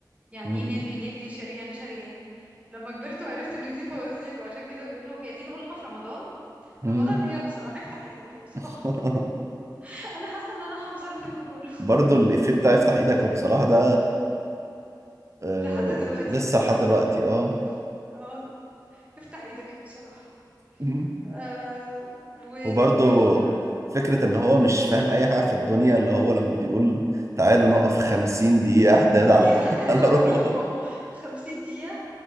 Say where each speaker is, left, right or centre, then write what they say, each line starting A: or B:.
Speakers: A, on the right; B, on the right.
A: يعني
B: مم.
A: ايه نيلي نيلي شريهان شريهان لما كبرت وعرفت ان دي فوازير وعشان كده بيقول له هي دي نقولها في رمضان
B: مم.
A: رمضان ايه يا ابو صلاح افتح ايدك يا ابو صلاح
B: <laughs>
A: <laughs> انا حاسه ان انا حافظه الفيلم كله
B: برضو الإفيه بتاع افتح ايدك يا ابو صلاح ده
A: <laughs>
B: آه
A: لحد دلوقتي
B: لسه
A: مستخدم
B: لحد دلوقتي اه
A: اه افتح ايدك يا ابو صلاح
B: مم.
A: آه وال
B: وبرضه
A: ال...
B: فكرة إن هو مش فاهم أي حاجة في الدنيا اللي هو لما بيقول تعالوا نقف خمسين دقيقة حداد
A: دي
B: على
A: احداد
B: <laughs> على
A: على
B: روبوت
A: روح بابا خمسين دقيقة